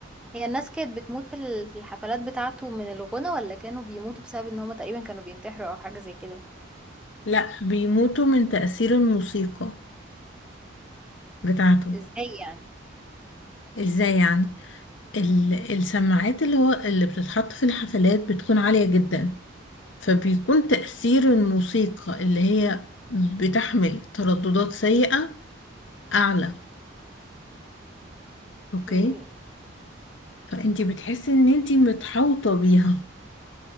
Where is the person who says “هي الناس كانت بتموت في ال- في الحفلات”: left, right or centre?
Centre